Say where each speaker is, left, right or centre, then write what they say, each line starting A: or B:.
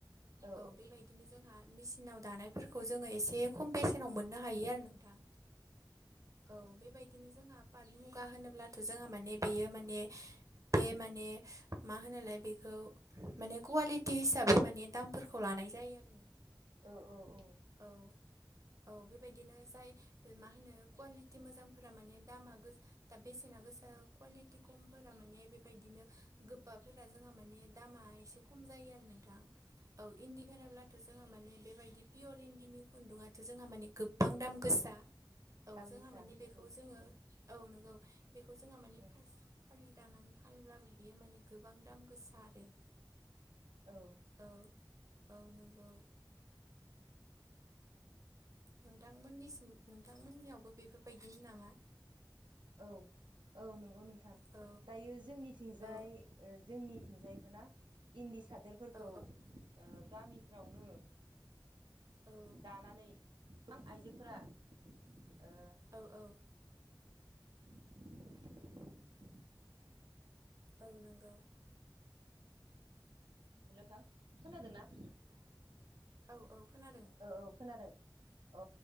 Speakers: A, on the right (about 70°); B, on the right (about 40°).
A: ओ
B: औ बेबायदि बिदिनो जोंहा मचिनाव दानायफोरखौ जोङो एसे खम बेसेनाव मोननो हायो आरो नोंथां। औ बेबायदिनो जोंहा पाट मुगा होनोब्लाथ' जोंहा माने। बेयो माने बे माने मा होनालाय बेखौ माने कुवालिटि हिसाबै माने दामफोरखौ लानाय जायो।
A: औ औ औ।
B: औ औ बेबायदिनो जाय मा होनो कुवालि बि मोजांफोरा माने दामा गो दा बेसेना गोसा कुवालिटि खमफोरा माने बेबायदिनो गोबाफोरा जोंहा माने दामा एसे खम जायो आरो नोंथां। औ इन्दि होनोब्लाथ' जोंहा माने बेबायदि पियर इन्दिनि खुन्दुङाथ' जोंहा माने गोबां दाम गोसा। औ
A: दाम
B: जोंहा
A: गोसा
B: मानिे
A: नंगौ
B: बेखौ जोङो
A: नंगौ
B: औ नंगौ बेखौ जोंहा माने
A: ओं
B: फालि दानानै फानोलाबो बियो माने गोबां दाम गोसा आरो।
A: औ ओ
B: औ औ नंगौ। नोंथांमोननिसिम नोंथांमोननियावबो बेफोरबायदिनो नामा?
A: औ औ नंगौ नोंथां।
B: औ
A: दायो जोंनिथिंजाय
B: औ
A: ओ जोंनिथिंजायबो ना इन्दि सादोरफोरखौ
B: औ
A: ओ गामिफ्रावनो
B: औ
A: दानानै गोबां आइजोफोरा ओ
B: औ औ।
A: <inaudible>
B: औ नंगौ।
A: हेल' नोंथां खोनादोंना?
B: औ औ खोनादों।
A: औ औ खोनादों अ